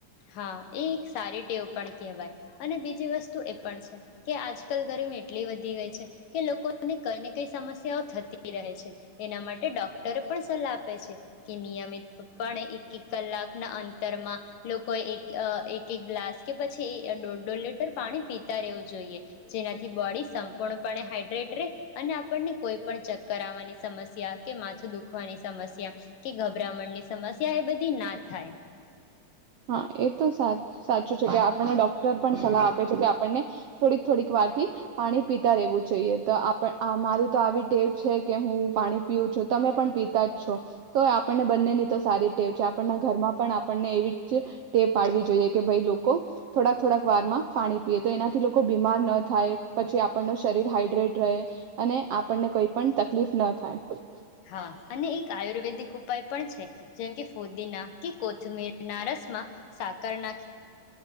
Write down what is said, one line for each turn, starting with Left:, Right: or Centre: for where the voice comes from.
Left: હા, એ એક સારી ટેવ પણ કહેવાય. અને બીજી વસ્તુ એ પણ છે કે, આજકાલ ગરમી એટલી વધી ગઈ છે કે, લોકોને કઈ ને કઈ સમસ્યાઓ થતી રહે છે. એના માટે ડોક્ટરો પણ સલાહ આપે છે કે, નિયમિતપણે એક એક કલાકના અંતરમાં લોકોએ એક <unintelligible> એક એક ગ્લાસ કે, પછી દોઢ દોઢ લીટર પાણી પીતા રહેવું જોઈએ. જેનાથી બોડી સંપૂર્ણપણે હાડ <unintelligible> અને આપણને કોઈ પણ ચક્કર આવવાની સમસ્યા, કે માથું દુખવાની સમસ્યા, કે ગભરામણની સમસ્યા એ બધી ના થાય.
Right: હા. એ તો સાચું છે કે, આપણને ડોક્ટર પણ સલાહ આપે છે કે, આપણને થોડીક થોડીક વારથી પાણી પીતા રહેવું જોઈએ. તો, આપ મારી તો આવી ટેવ છે કે હું પાણી પીવું છું. તમે પણ પીતા જ છો. તો, આપણને બંનેની તો સારી ટેવ છે. આપણના ઘરમાં પણ આપણને એવી ટેવ પાડવી જોઈએ. કે ભાઈ લોકો થોડાક થોડાક વારમાં પાણી પીએ. તો, એનાથી લોકો બીમાર ન થાય. પછી આપણ ને શરીર હાઈડ્રેટ રહે. અને આપણને કોઈ પણ તકલીફ ન થાય.
Left: હા. અને એક આયુર્વેદિક ઉપાય પણ છે. જેમકે, ફોદીના કે કોથમીર ના રસમાં સાકર ના